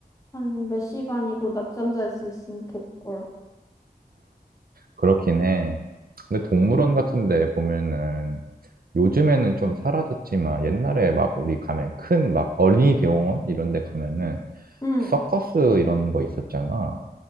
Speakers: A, on the left; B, on the right.
A: 한 몇 시간이고 낮잠 잘 수 있으면 됐걸.
B: 그렇긴 해. 근데 동물원
A: 응,
B: 같은 데 보면은 요즘에는 좀 사라졌지만 옛날에 막 우리 가면 큰 막 어린이 대공원 이런 데 가면은
A: 응.
B: 서커스 이런 거 있었잖아.